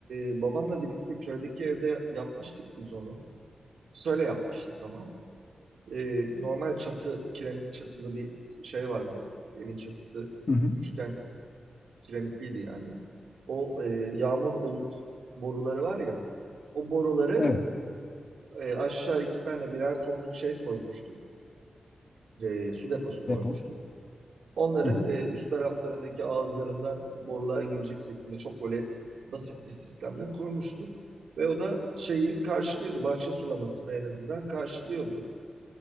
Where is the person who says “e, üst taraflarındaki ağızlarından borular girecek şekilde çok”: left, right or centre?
Right